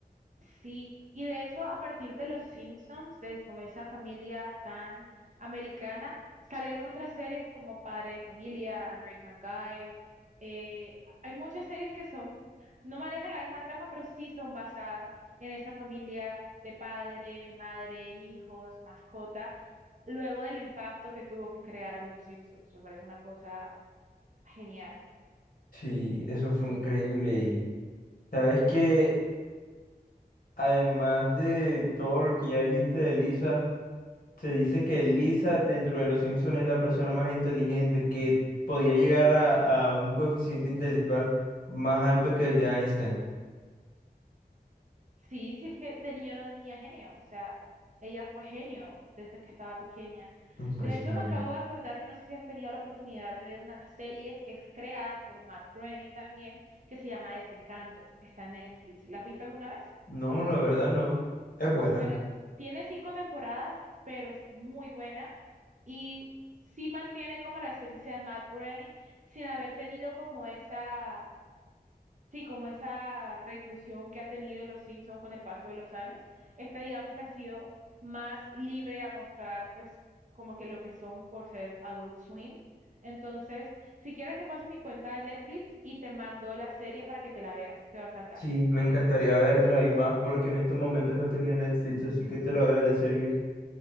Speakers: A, on the right (about 50°); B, on the left (about 60°).
A: Sí, y de hecho a partir de Los Simpsons, de como esa familia tan americana, salieron otras series como Padre de Familia, American Guy. eh, hay muchas series que son, no manejan la misma trama, pero sí son basadas en esa familia de padre, madre, hijos, mascota, luego del impacto que tuvo que crear a Los Simpsons. Me parece una cosa genial.
B: Sí, eso fue increíble. Y sabes que además de todo lo que ya dijiste de Lisa, se dice que Lisa dentro de los Simpsons es la persona más inteligente, que podía llegar a, a un coeficiente intelectual más alto que el de Einstein.
A: Sí, sí es que de niño era una niña genio, o sea, ella fue genio desde que estaba pequeña.
B: Impresionante.
A: De hecho, me acabo de acordar, yo no sé si has tenido la oportunidad de ver una serie que es creada por Matt Groening también, que se llama Desencanto, está en Netflix. ¿La has visto alguna vez?
B: No, la verdad no. Es buena.
A: Bueno, tiene cinco temporadas, pero es muy buena y sí mantiene como la esencia de Matt Groening sin haber tenido como esa, sí, como esa reclusión que ha tenido los Simpson con el paso de los años. Esta digamos que ha sido más libre a mostrar pues como que lo que son por ser Adult Swim. Entonces, si quieres te paso mi cuenta de Netflix y te mando la serie para que te la veas, te va a encantar.
B: Sí, me encantaría verla y más porque en estos momentos no tenía Netflix, así que te lo agradecería.